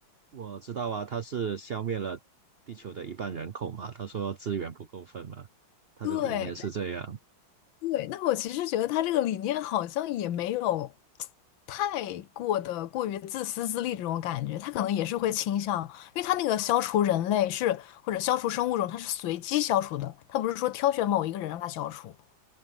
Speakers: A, on the right; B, on the left.
A: 我知道啊，他是消灭了地球的一半人口嘛，他说资源不够分嘛，他的理念是这样。
B: 对对，那我其实觉得他这个理念好像也没有太过的过于自私自利这种感觉，他可能也是会倾向，因为他那个消除人类是或者消除生物种，他是随机消除的，他不是说挑选某一个人让他消除。